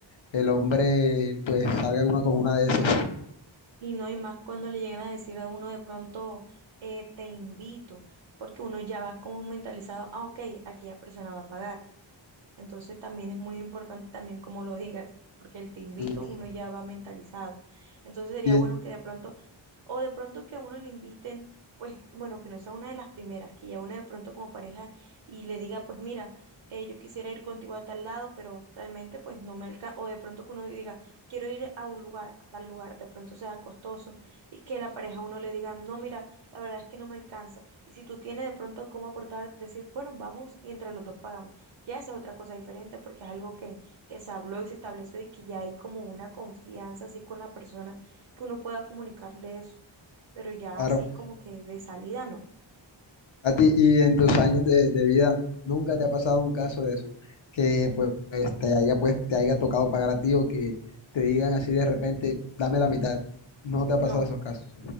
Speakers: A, on the left; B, on the right.
A: el hombre pues salga una con una de esas.
B: Y no, y más cuando le llegan a decir a uno de pronto, eh, te invito, porque uno ya va como mentalizado, ah, ok, aquella persona va a pagar. Entonces también es muy importante también como lo digas, porque el te invito
A: Y,
B: uno ya va mentalizado. Entonces sería
A: y,
B: bueno que de pronto, o de pronto que a uno le inviten, pues bueno, que no sea una de las primeras, que ya uno de pronto como pareja y le diga, pues mira, eh, yo quisiera ir contigo a tal lado, pero realmente pues no me alcanza, o de pronto que uno diga, quiero ir a un lugar, a tal lugar, de pronto sea costoso, y que la pareja a uno le diga, no, mira, la verdad es que no me alcanza. Y si tú tienes de pronto cómo aportar, decir, bueno, vamos y entre los dos pagamos. Ya esa es otra cosa diferente porque es algo que, que se habló y se estableció y que ya hay como una confianza así con la persona que uno pueda comunicarle eso, pero ya
A: claro.
B: así como que de salida no.
A: A ti, y en tus años de, de vida, ¿nunca te ha pasado un caso de eso? Que pues, pues, te haya, pues te haya tocado pagar a ti o que te digan así de repente, dame la mitad. No te
B: No,
A: ha pasado esos casos.